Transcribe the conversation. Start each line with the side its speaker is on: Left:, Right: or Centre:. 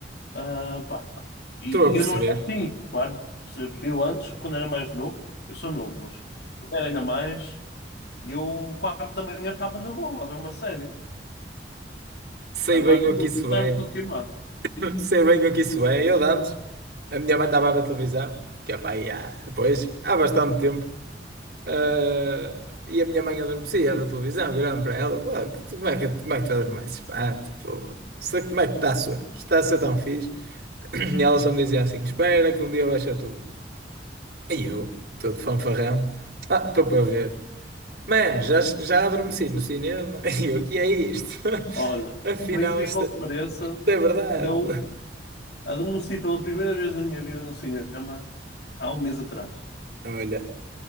Left: Ah, pá. E,
Right: estou a perceber.
Left: e eu não era assim, claro. Percebes? Eu antes, quando era mais novo, eu sou novo, mas quando era ainda mais, eu quatro da manhã estava na boa a ver uma série.
Right: Sei
Left: Agora
Right: bem o que isso
Left: está-me
Right: é.
Left: tudo queimado.
Right: Sei bem o que isso é. Eu de antes, a minha mãe estava a ver televisão, que é pá, aí há, pois, há bastante tempo. ah, e a minha mãe adormecia a ver televisão, virando para ela, pá, que tu- como é que, como é que tu adormeces? Pá, tipo, sei como é que está a ser, está a ser tão fixe. <clears throat> E ela só me dizia assim: espera que um dia vais ser tu. E eu, todo fanfarrão, ah, estou para ver. Mano, já, já adormeci no cinema. <laughs> E eu, o que é isto?
Left: Olha,
Right: <laughs> Afinal,
Left: por incrível
Right: isto é, isto
Left: que pareça,
Right: é verdade.
Left: eu adormeci pela primeira vez na minha vida no cinema há um mês atrás.
Right: Olha.